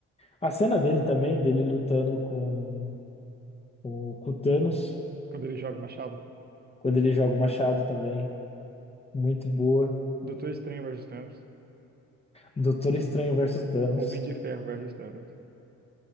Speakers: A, on the left; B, on the right.
A: a cena dele também, dele lutando com O com o Thanos,
B: Quando ele joga o machado,
A: quando ele joga o machado também. Muito boa.
B: Doutor Estranho versus Thanos,
A: Doutor Estranho versus Thanos.
B: Homem de Ferro versus Thanos.